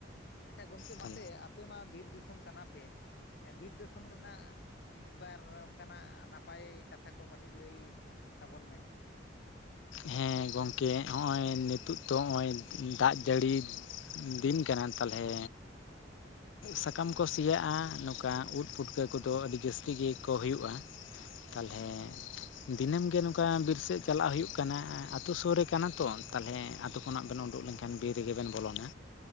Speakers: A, on the left; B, on the left.
A: ᱟᱪᱪᱷᱟ ᱜᱚᱝᱠᱮ ᱢᱟᱥᱮ
B: ᱛᱚ
A: ᱟᱯᱮ ᱢᱟ ᱵᱤᱨ ᱫᱤᱥᱚᱢ ᱠᱟᱱᱟ ᱯᱮ ᱵᱤᱨ ᱫᱤᱥᱚᱢ ᱨᱮᱱᱟᱜ ᱢᱤᱫ ᱵᱟᱨ ᱚᱝᱠᱟᱱᱟᱜ ᱱᱟᱯᱟᱭ ᱠᱟᱛᱷᱟ ᱠᱚ ᱠᱟᱴᱤᱡ ᱞᱟᱹᱭ ᱛᱟᱵᱚᱱ ᱢᱮ
B: ᱦᱮᱸ ᱜᱚᱝᱠᱮ ᱦᱚᱸᱜᱼᱚᱭ ᱱᱤᱛᱳᱜ ᱫᱚ ᱱᱚᱜᱼᱚᱭ ᱫᱟᱜ ᱡᱟᱹᱲᱤ ᱫᱤᱱ ᱠᱟᱱᱟ ᱛᱟᱞᱦᱮ ᱥᱟᱠᱟᱢ ᱠᱚ ᱥᱮᱭᱟᱜᱼᱟ ᱱᱚᱝᱠᱟ ᱩᱫ ᱯᱩᱴᱠᱟᱹ ᱠᱚᱫᱚ ᱟᱹᱰᱤ ᱡᱟᱹᱥᱛᱤ ᱜᱮᱠᱚ ᱦᱩᱭᱩᱜᱼᱟ ᱛᱟᱞᱦᱮ ᱫᱤᱱᱟᱹᱢ ᱜᱮ ᱱᱚᱝᱠᱟ ᱵᱤᱨ ᱥᱮᱜ ᱪᱟᱞᱟᱜ ᱦᱩᱭᱩᱜ ᱠᱟ ᱠᱟᱱᱟ ᱟᱛᱳ ᱥᱩᱨ ᱨᱮ ᱠᱟᱱᱟ ᱛᱚ ᱛᱟᱦᱚᱞᱮ ᱟᱛᱳ ᱠᱷᱚᱱᱟᱜ ᱵᱮᱱ ᱩᱰᱩᱠ ᱞᱮᱱ ᱠᱷᱟᱱ ᱵᱤᱨ ᱨᱮ ᱜᱮ ᱵᱮᱱ ᱵᱚᱞᱚᱱᱟ᱾